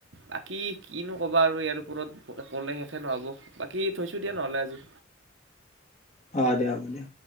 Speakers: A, on the right; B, on the left.
A: বাকী কিনো ক'বা আৰু ইয়াৰ ওপৰত ক'লে শেষে নহ'ব বাকী থৈছো দিয়া নহলে আজি।
B: অহ, দিয়া হ'ব দিয়া।